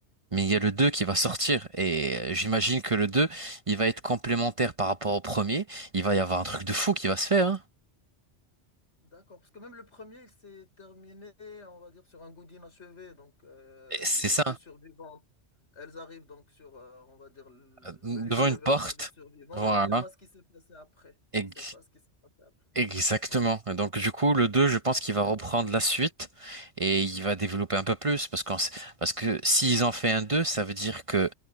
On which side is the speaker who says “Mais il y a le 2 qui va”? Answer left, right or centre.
Right